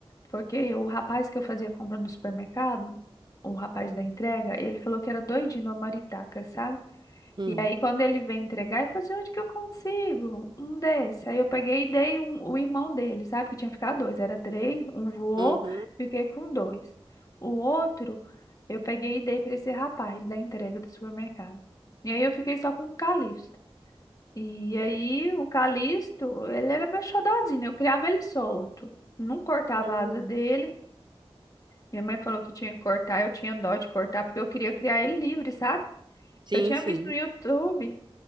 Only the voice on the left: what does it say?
porque o rapaz que eu fazia compra no supermercado, o rapaz da entrega, ele falou que era doidinho numa maritaca, sabe?
E aí quando ele veio entregar, ele falou assim, onde que eu consigo? Um desse. Aí eu peguei e dei um, o irmão dele, sabe? Que tinha ficado dois, era três, um voou,
fiquei com dois. O outro, eu peguei e dei pra esse rapaz da entrega do supermercado. E aí eu fiquei só com o Calixto. E aí, o Calixto, ele era meu xodozinho, eu criava ele solto. Não cortava
a asa dele. Minha mãe falou que tinha que cortar, eu tinha dó de cortar, porque eu queria criar ele livre, sabe?
Eu tinha
visto no YouTube,